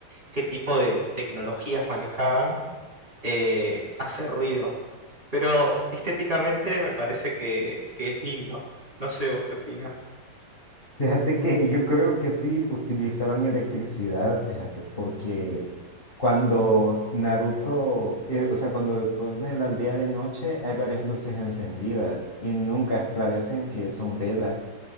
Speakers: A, on the right; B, on the left.
A: qué tipo de tecnologías manejaban, eh, hace ruido. Pero estéticamente me parece que, que es lindo. No sé vos qué opinás.
B: Fíjate que yo creo que sí utilizaban electricidad, fíjate, porque cuando Naruto, eh, o sea, cuando ponen la aldea de noche hay varias luces encendidas y nunca esclarecen que son velas.